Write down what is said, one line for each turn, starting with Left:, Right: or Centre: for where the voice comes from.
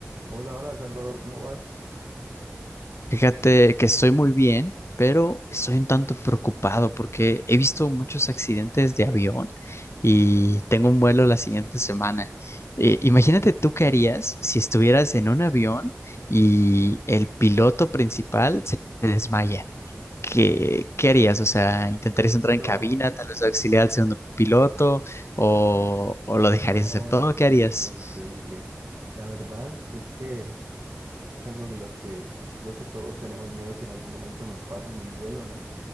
Right: Hola, hola Salvador, ¿cómo vas?
Left: Fíjate que estoy muy bien, pero estoy un tanto preocupado porque he visto muchos accidentes de avión y tengo un vuelo la siguiente semana. Eh, imagínate tú qué harías si estuvieras en un avión y el piloto principal se desmaya. ¿Qué, qué harías? O sea, ¿intentarías
Right: No,
Left: entrar en cabina, tal vez auxiliar al segundo piloto o, o lo dejarías
Right: No,
Left: hacer todo?
Right: increíble,
Left: ¿Qué harías?
Right: increíble. La verdad es que es algo en los que creo que todos tenemos miedo que en algún momento nos pase en un vuelo, ¿no?